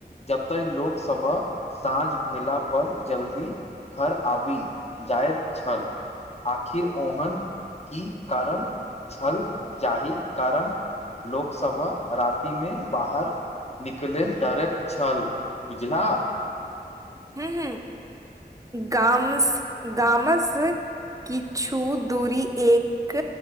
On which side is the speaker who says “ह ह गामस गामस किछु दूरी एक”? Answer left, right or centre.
Right